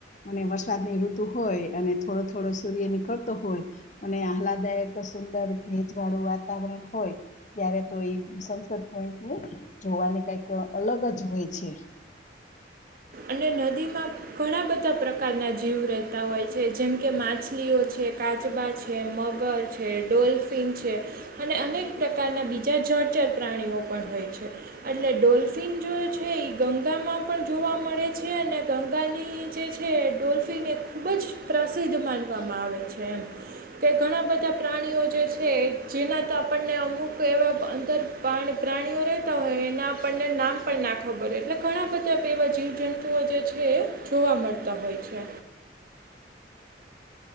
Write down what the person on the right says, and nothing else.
અને નદીમાં ઘણા બધા પ્રકારના જીવ રહેતા હોય છે જેમ કે માછલીઓ છે કાચબા છે એ મગર છે, ડોલ્ફિન છે, અને અનેક પ્રકારના બીજા જળચર પ્રાણીઓ પણ હોય છે. એટલે ડોલ્ફિન જો છે ગંગામાં પણ જોવા મળે છે અને ગંગાની જે છે ડોલ્ફિન એ ખુબ જ પ્રસિદ્ધ માનવામાં આવે છે એમ. તે ઘણા બધા પ્રાણીઓ જે છે જેના તો આપણને અમુક એવા અંદર પાણ પ્રાણીઓ રહેતા હોય એના આપણને નામ પણ ના ખબર હો એટલે ઘણા બધા એવા જીવ જંત તુ ઓ જે છે એ જોવા મળતા હોય છે.